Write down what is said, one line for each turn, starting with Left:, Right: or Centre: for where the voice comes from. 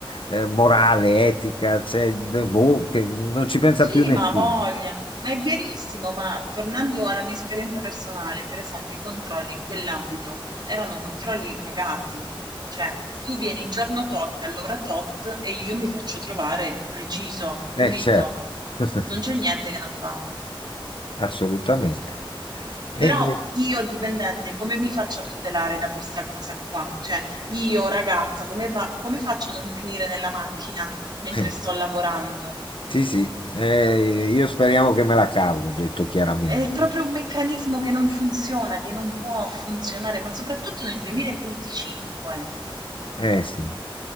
Left: eh, morale, etica, cioè, d- boh, che non ci pensa
Right: Sì,
Left: più nessuno.
Right: ma ha voglia, ma è verissimo, ma tornando alla mia esperienza personale, per esempio, i controlli in quell'ambito erano controlli pagati, cioè tu vieni giorno tot, all'ora tot e io mi faccio trovare preciso, pulito,
Left: Eh, certo, <laughs>
Right: non c'è niente che non va.
Left: assolutamente.
Right: Però
Left: E-
Right: io dipendente, come mi faccio a tutelare da questa cosa qua? Cioè, io ragazza, come, va- come faccio a non finire nella macchina mentre
Left: eh,
Right: sto lavorando?
Left: sì, sì, Eh, io speriamo che me la cavo, ho detto chiaramente.
Right: È proprio un meccanismo che non funziona, che non può funzionare, ma soprattutto nel 2025.
Left: Eh sì.